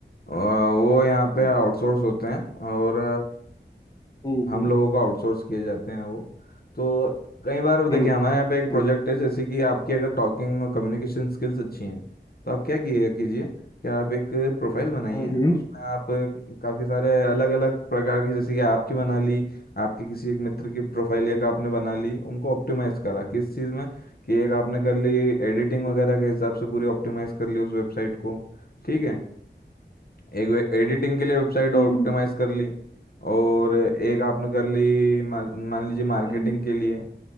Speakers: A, on the left; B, on the left.
A: अ, वो यहाँ पे
B: हम्म,
A: आउटसोर्स होते हैं और
B: हम्म
A: हम लोगों को आउटसोर्स किए जाते हैं वो तो कई बार देखिए
B: हम्म
A: हमारे यहाँ पे एक प्रोजेक्ट
B: हम्म
A: है जैसे कि आपकी अगर टॉकिंग और कम्युनिकेशन स्किल्स अच्छी हैं तो आप क्या किए कीजिए कि आप एक प्रोफाइल बनाइए
B: हम्म, हम्म,
A: उसमें आप काफ़ी सारे अलग अलग प्रकार की जैसे कि आपकी बना ली आपके किसी एक मित्र की प्रोफाइल एक आपने बना ली उनको ऑप्टिमाइज करा किस चीज़ में कि एक आपने कर ली एडिटिंग वगैरह
B: हाँ
A: के हिसाब से पूरी ऑप्टिमाइज कर ली उस वेबसाइट को ठीक है एक वे- एडिटिंग के लिए वेबसाइट
B: हम्म,
A: ऑप्टिमाइज
B: हम्म,
A: कर ली और एक आपने कर ली मान मान लीजिए मार्केटिंग
B: हम्म।
A: के लिए